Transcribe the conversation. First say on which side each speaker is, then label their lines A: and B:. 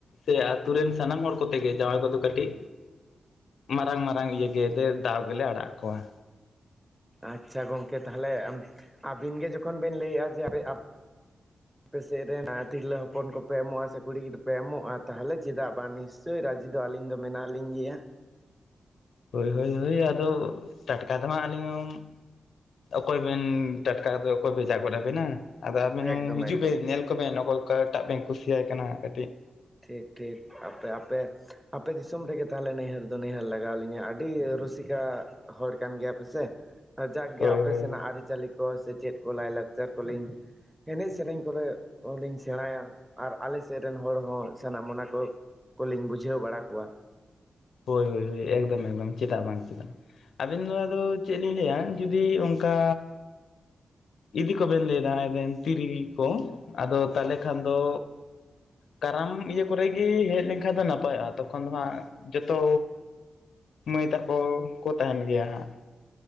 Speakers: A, on the left; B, in the centre.
A: ᱥᱮ ᱟᱛᱳ ᱨᱮᱱ ᱥᱟᱱᱟᱢ ᱦᱚᱲ ᱠᱚᱛᱮ ᱜᱮ ᱡᱟᱶᱟᱭ ᱠᱚᱫᱚ ᱠᱟᱹᱴᱤᱡ ᱢᱟᱨᱟᱝ ᱢᱟᱨᱟᱝ ᱤᱭᱟᱹ ᱜᱮ ᱫᱟᱣ ᱜᱮᱞᱮ ᱟᱲᱟᱜ ᱠᱚᱣᱟ।
B: ᱟᱪᱪᱷᱟ ᱜᱚᱢᱠᱮ ᱛᱟᱦᱞᱮ ᱟᱹᱵᱤᱱ ᱜᱮ ᱡᱚᱠᱷᱚᱱ ᱵᱤᱱ ᱞᱟᱹᱭᱮᱜᱼᱟ ᱡᱮ ᱟᱯᱮ ᱥᱮᱫ ᱨᱮᱱ ᱛᱤᱨᱞᱟᱹ ᱦᱚᱯᱚᱱ ᱠᱚᱯᱮ ᱮᱢᱚᱜᱼᱟ ᱥᱮ ᱠᱩᱲᱤ ᱜᱤᱫᱽᱨᱟᱹ ᱯᱮ ᱮᱢᱚᱜᱼᱟ ᱛᱟᱦᱚᱞᱮ ᱪᱮᱫᱟᱜ ᱵᱟᱝ ᱱᱤᱥ ᱪᱳᱭ ᱨᱟᱡᱤ ᱫᱚ ᱟᱹᱞᱤᱧ ᱫᱚ ᱢᱮᱱᱟᱜ ᱞᱤᱧ ᱜᱮᱭᱟ।
A: ᱦᱳᱭ ᱦᱳᱭ ᱦᱳᱭ ᱟᱫᱚ ᱴᱟᱴᱠᱟ ᱫᱚ ᱦᱟᱜ ᱟᱹᱞᱤᱧ ᱦᱚᱸ ᱠᱚᱭ ᱵᱤᱱ ᱴᱟᱴᱠᱟ ᱚᱠᱚᱭ ᱵᱷᱮᱡᱟ ᱜᱚᱱ ᱟᱵᱤᱱᱟ। ᱟᱫᱚ ᱟᱵᱮᱱ ᱦᱚᱸ
B: ᱮᱠᱫᱚᱢ
A: ᱦᱤᱡᱩᱜ
B: ᱮᱠᱫᱚᱢ
A: ᱵᱮᱱ ᱧᱮᱞ ᱠᱚᱵᱮᱱ ᱚᱠᱚᱭ ᱚᱠᱟᱴᱟᱜ ᱵᱮᱱ ᱠᱩᱥᱤᱭᱟᱭ ᱠᱟᱱᱟ ᱠᱟᱹᱴᱤᱡ।
B: ᱴᱷᱤᱠ ᱴᱷᱤᱠ ᱟᱯᱮ ᱟᱯᱮ ᱟᱯᱮ ᱫᱤᱥᱚᱢ ᱨᱮᱜᱮ ᱛᱟᱦᱚᱞᱮ ᱱᱟᱹᱭᱦᱟᱨ ᱫᱚ ᱱᱟ. ᱭᱦᱟᱨ ᱞᱟᱜᱟᱣ ᱞᱤᱧᱟᱹ ᱟᱹᱰᱤ ᱨᱩᱥᱤᱠᱟ ᱦᱚᱲ ᱠᱟᱱ ᱜᱮᱭᱟ ᱯᱮᱥᱮ। ᱡᱟᱠᱮ
A: ᱦᱳᱭ
B: ᱟᱯᱮ
A: ᱦᱳᱭ
B: ᱥᱮᱱᱟᱜ ᱟᱹᱨᱤᱪᱟᱹᱞᱤ ᱠᱚ ᱠᱚ ᱥᱮᱪᱮᱫ ᱠᱚ ᱞᱟᱭᱞᱟᱠᱪᱟᱨ ᱠᱚᱞᱤᱧ ᱮᱱᱮᱡ ᱥᱮᱨᱮᱧ ᱠᱚᱨᱮ ᱞᱤᱧ ᱥᱮᱬᱟᱭᱟ। ᱟᱨ ᱟᱞᱮ ᱥᱮᱫ ᱨᱮᱱ ᱦᱚᱲ ᱦᱚᱸ ᱥᱟᱱᱟᱢ ᱚᱱᱟ ᱠᱚ ᱠᱚᱞᱤᱧ ᱵᱩᱡᱷᱟᱹᱣ ᱵᱟᱲᱟ ᱠᱚᱣᱟ।
A: ᱦᱳᱭ ᱦᱳᱭ ᱮᱠᱫᱚᱢ ᱮᱠᱫᱚᱢ ᱪᱮᱫᱟᱜ ᱵᱟᱝ ᱪᱮᱫᱟᱜ ᱟᱵᱤᱱ ᱫᱚ ᱟᱫᱚ ᱪᱮᱫ ᱞᱤᱧ ᱞᱟᱹᱭᱟ। ᱡᱩᱫᱤ ᱚᱱᱠᱟ ᱤᱫᱤ ᱠᱚᱵᱮᱱ ᱞᱟᱹᱭ ᱮᱫᱟ ᱮᱵᱮᱱ ᱛᱤᱨᱤ ᱠᱚ ᱟᱫᱚ ᱛᱟᱦᱚᱞᱮ ᱠᱷᱟᱱ ᱫᱚ ᱠᱟᱨᱟᱢ ᱤᱭᱟᱹ ᱠᱚᱨᱮ ᱜᱮ ᱦᱮᱡ ᱞᱮᱱᱠᱷᱟᱱ ᱫᱚ ᱱᱟᱯᱟᱭᱚᱜᱼᱟ ᱛᱚᱠᱷᱚᱱ ᱫᱚ ᱦᱟᱸᱜ ᱡᱚᱛᱚ ᱢᱟᱹᱭ ᱛᱟᱠᱚ ᱠᱚ ᱛᱟᱦᱮᱸᱱ ᱜᱮᱭᱟ ᱦᱟᱸᱜ